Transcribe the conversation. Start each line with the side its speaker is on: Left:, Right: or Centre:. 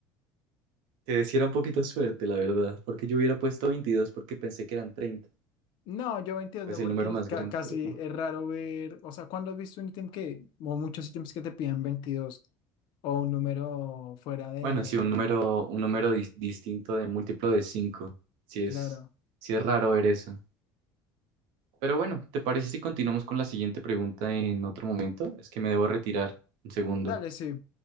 Right: Que sí era un poquito suerte, la verdad, porque yo hubiera puesto 22 porque pensé que eran 30.
Left: No, yo 22
Right: Es
Left: no,
Right: el
Left: porque
Right: número
Left: el,
Right: más
Left: ca-
Right: grande,
Left: casi
Right: pero no.
Left: es raro ver, o sea, ¿cuándo has visto un ítem que, o muchos ítems que te piden 22 o un número fuera de,
Right: Bueno, sí, un número, un número dis- distinto de múltiplo de 5. Sí es,
Left: claro.
Right: sí es raro ver eso. Pero bueno, ¿te parece si continuamos con la siguiente pregunta en otro momento? Es que me debo retirar un segundo.
Left: Dale, sí,